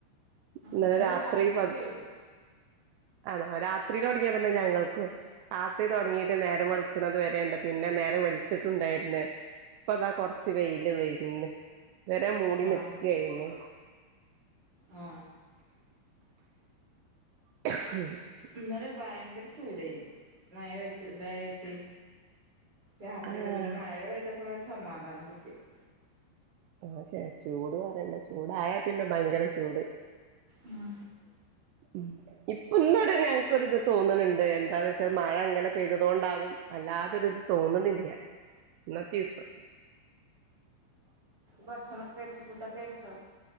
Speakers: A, on the right (about 75°); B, on the right (about 20°).
A: ഇന്നലെരാത്രി
B: ഇന്നലെ രാത്രി
A: പത്
B: പെയ്തു
A: അണോ രാത്രിലൊടിങ്ങ്യതെന്നെ ഞങ്ങൾക്കും രാത്രി തൊടങ്ങിയിട്ട് നേരം വെള്ക്ക്‌ണത് വരെണ്ട് പിന്നെ നേരം വെൾത്ത്ട്ടുണ്ടേയിര്ന്ന് ഇപ്പതാ കൊർച്ച് വെയില് വെര്ണ് ഇത് വരെ മൂടി
B: ആ
A: നിക്കെയ്ര്ന്ന്
B: ആ
A: <unintelligible>
B: ഇന്നല ഭയങ്കര ചൂടേന് മഴ വെച്ച ഇതായിട്ടെ രാത്രി
A: ആഹ്
B: ഒക്കെ പിന്നെ മഴ പെയ്തപ്പളാ ഒരു സമാധാനം കിട്ട്യേത്
A: ആ ശെ ചൂട് പറയണ്ട ചൂടായ പിന്നെ ഭയങ്കരചൂട്
B: ഉം
A: ഉം ഇപ്പം ഇന്നൊരു ഞങ്ങക്കൊരുത് തോന്ന്ണണ്ട് എന്താന്നെച്ചാ മഴ അങ്ങനെ പെയ്തതോണ്ടാവും വല്ലാതൊരിത് തോന്ന്ണില്യ ഇന്നത്തീസം
B: ഭക്ഷണംക്കെ കഴിച്ചോ ഫുഡക്കെ കഴിച്ചൊ